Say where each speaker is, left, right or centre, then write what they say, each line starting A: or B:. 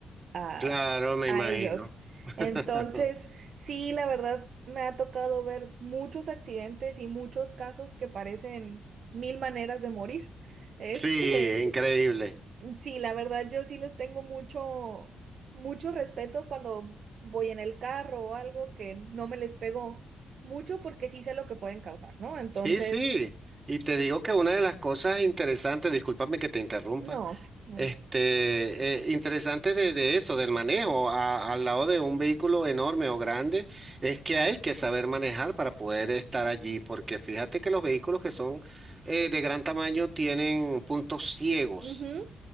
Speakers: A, on the right; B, on the right.
A: a,
B: claro, me
A: a
B: imagino.
A: ellos.
B: <laughs>
A: Entonces, sí, la verdad, me ha tocado ver muchos accidentes y muchos casos que parecen mil maneras de morir. <laughs> Este.
B: Sí, increíble.
A: Sí, la verdad, yo sí les tengo mucho, mucho respeto cuando voy en el carro o algo que no me les pego mucho porque sí sé lo que pueden causar, ¿no? Entonces,
B: Sí, sí. Y te digo que una de las cosas interesantes, discúlpame que te interrumpa,
A: no, no.
B: este, eh, interesante de, de eso, del manejo a- al lado de un vehículo enorme o grande, es que hay que saber manejar para poder estar allí, porque fíjate que los vehículos que son eh, de gran tamaño tienen puntos ciegos.
A: Ujú,